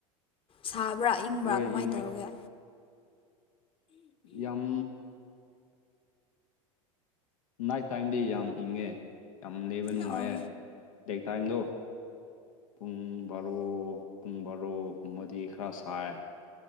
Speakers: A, on the left; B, on the left.
A: ꯁꯥꯕ꯭ꯔꯥ ꯏꯪꯕ꯭ꯔꯥ
B: ꯍꯣꯏ
A: ꯀꯃꯥꯏꯅ
B: ꯏꯪꯉꯦ
A: ꯇꯧꯔꯒꯦ
B: ꯌꯥꯝ ꯅꯥꯏꯠ ꯇꯥꯏꯝꯗꯤ ꯌꯥꯝ ꯏꯪꯉꯦ ꯌꯥꯝ ꯂꯩꯕ ꯅꯨꯡꯉꯥꯏꯌꯦꯦ
A: ꯑꯣ
B: ꯗꯩ ꯇꯥꯏꯝꯗꯣ ꯄꯨꯡ ꯕꯥꯔꯣ ꯄꯨꯡ ꯕꯥꯔꯣꯒꯨꯝꯕꯗꯤ ꯈꯔ ꯁꯥꯏ